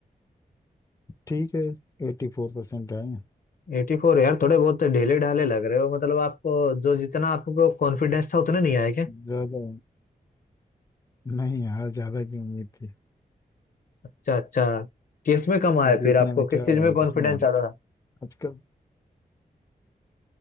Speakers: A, on the left; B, on the left.
A: ठीक है एट्टी फोर परसेंट आए हैं
B: एटी फोर यार थोड़े बहुत ढीले ढाले लग रहे हो मतलब आपको जो जितना आपको कॉन्फिडेंस था उतना नहीं आया क्या
A: ज़्यादा नहीं यार ज़्यादा की उम्मीद थी
B: अच्छा अच्छा किस में कम आया
A: अभी
B: फिर
A: इतने
B: आपको
A: में
B: किस
A: क्या
B: चीज
A: हो रहा
B: में
A: है
B: कॉन्फिडेंस
A: कुछ नहीं हो रहा
B: ज्यादा
A: आजकल